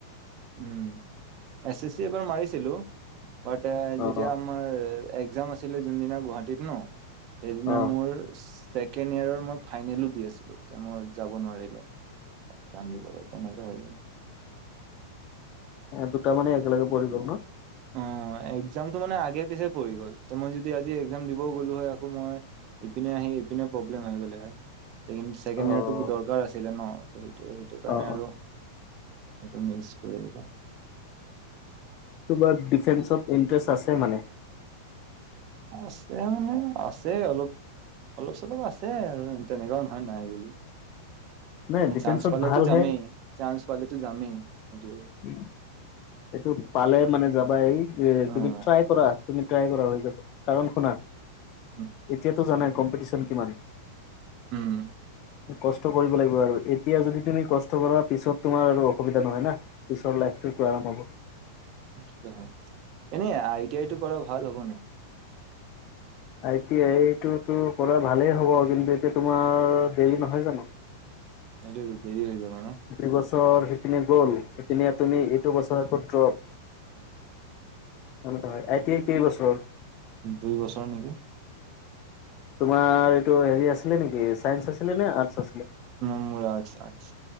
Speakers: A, on the right (about 45°); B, on the left (about 45°).
A: উম এছ এছ চি এবাৰ মাৰিছিলো বাট
B: অ'
A: যেতিয়া। তোমাৰ একজাম আছিলে যোন দিনা গুৱাহাটী ন সেইদিনা
B: অ'
A: মোৰ ছেক ছেকেণ্ড ইয়েৰৰ মই ফাইনেল দি আছিলোঁ তে মই যাব নোৱাৰিলোঁ। একজাম দিবলে তেনেকে হৈ যায়-
B: এ দুটা মানে একেলগে পৰি গল ন?
A: অহ একজামতটো মানে আগে পিছে পৰি গ'ল তে মই যদি আজি একজাম দিবও গ'লো হয় আকৌ মই। ইপিনে আহি সিপিনে প্ৰব্লেম আহি গ'লে হয়। ‌লেকিন ছেকেণ্ড
B: অ'
A: ইয়েৰটো দৰকাৰ আছিলে ন সেইটো সেইটো কাৰণে
B: অ' অ'
A: আৰু। সেইটো মিচ কৰি দিলো।
B: তোৰ বাৰু ডিফেন্সত ইণ্টাৰেষ্ট আছে মানে?
A: আছে মানে আছে অলপ। অলপ-চলপ আছে আৰু তেনেকুৱাও নহয় নাই বুলি।
B: নাই ডিফেন্সত
A: চান্স পালেতো
B: ভাল
A: যামেই
B: হে
A: চান্স পালেতো যামেই। সেইটোৱে
B: উম এইটো পালে মানে যাবা এই
A: অ',
B: তুমি ট্ৰাই। কৰা তুমি ট্ৰাই কৰা হৈ যাব কাৰণ শুনা
A: উম।
B: এতিয়াতো জানাই কম্পিটিশন কিমান।
A: উম।
B: কষ্ট কৰিব লাগিব আৰু এতিয়া যদি তুমি কষ্ট কৰাৰ পিছত তোমাৰ আৰু অসুবিধা নহয় না। পিছৰ লাইফটো আৰাম হ'ব
A: সেইটোৱে সম এনে আই টি আই টো কৰা ভাল হব নেকি
B: আই টি আইটোতো কৰা ভালেই হ'ব কিন্তু এতিয়া তোমাৰ দেৰি নহয় জানো
A: এইটোতো দেৰি হৈ যাব ন।
B: দুই বছৰ সেইখিনি গ'ল সেইখিনি তুমি এইটো বছৰ আকৌ ড্ৰপ নহয় নহয় আই টি আই কেইবছৰ
A: দুই বছৰ নেকি।
B: তোমাৰ এইটো হেৰি আছিলে নেকি চাইেস আছিলে নে আৰ্টচ আছিলে।
A: মো মো আৰ্টছ আৰ্টছ